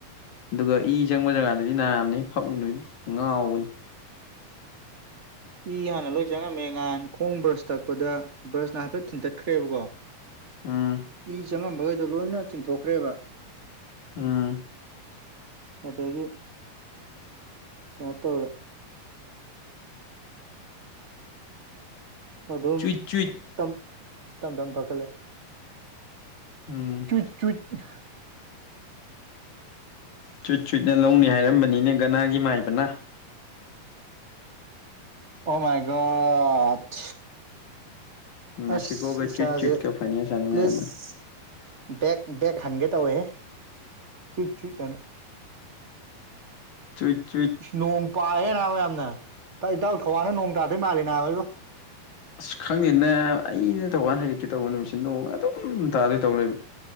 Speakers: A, on the left; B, on the right.
A: ꯑꯗꯨꯒ ꯏ ꯆꯪꯕ ꯖꯒꯥꯗꯨꯗꯤ ꯅꯥꯕꯅꯦꯍꯦ ꯐꯛꯎꯅꯨ ꯏꯕꯣ ꯉꯥꯎꯕꯅꯤ
B: ꯏ ꯍꯥꯟꯅ ꯂꯣꯏ ꯆꯪꯉꯝꯃꯦ ꯉꯍꯥꯟ ꯈꯣꯡ ꯕ꯭ꯔꯁ ꯇꯛꯄꯗ ꯕ꯭ꯔꯁꯅ ꯍꯥꯏꯐꯦꯠ ꯊꯤꯟꯇꯠꯈ꯭ꯔꯦꯕꯀꯣ
A: ꯎꯝ
B: ꯏ ꯆꯪꯉꯝꯕꯈꯩꯗꯣ ꯂꯣꯏꯅ ꯆꯤꯡꯊꯣꯛꯈ꯭ꯔꯦꯕ
A: ꯎꯝ
B: ꯑꯗꯒꯤ <unintelligible> ꯑꯗꯨꯝ
A: ꯆꯨꯏꯠ ꯆꯨꯏꯠ
B: ꯇꯝ ꯇꯝ ꯐꯒꯠꯂꯛꯑꯦ
A: ꯎꯝ
B: ꯆꯨꯠ ꯆꯨꯠꯅ
A: ꯆꯨꯠ ꯆꯨꯠꯅ ꯂꯧꯅꯤ ꯍꯥꯏꯔꯝꯕꯅꯤꯅꯦ ꯒꯅꯥꯒꯤ ꯃꯥꯏꯕꯅ
B: ꯑꯣꯃꯥꯏꯒꯣꯠ
A: ꯃꯦꯛꯁꯤꯀꯣꯒ
B: ꯑꯁ ꯏꯁꯥꯁꯦ
A: ꯆꯨꯏꯠ ꯆꯨꯏꯠꯀ ꯐꯥꯏꯅꯦꯜ ꯁꯥꯟꯅꯔꯝꯕꯅꯤ
B: ꯄꯂꯤꯁ ꯕꯦꯠ ꯕꯦꯛ ꯍꯟꯒꯦ ꯇꯧꯋꯦꯍꯦ ꯆꯨꯠ ꯆꯨꯨꯠ ꯍꯥꯏꯅꯥ
A: ꯆꯨꯠ ꯆꯨꯠ
B: ꯏꯁ ꯅꯣꯡ ꯄꯥꯏꯍꯦ ꯅꯥꯕ ꯌꯥꯝꯅ ꯏꯇꯥ ꯏꯇꯥꯎ ꯊꯧꯋꯥꯟꯗ ꯅꯣꯡ ꯇꯥꯗꯣꯏ ꯃꯥꯜꯂꯦ ꯅꯥꯕ ꯏꯕꯣ
A: ꯑꯁ ꯈꯪꯗꯦꯅꯥ ꯑꯩꯅ ꯊꯧꯕꯥꯟ ꯍꯥꯏꯒꯠꯀꯦ ꯇꯧꯕ ꯅꯨꯃꯤꯠꯁꯦ ꯅꯣꯡ ꯑꯗꯨꯝ ꯇꯥꯗꯨꯏ ꯇꯧ ꯂꯩꯕ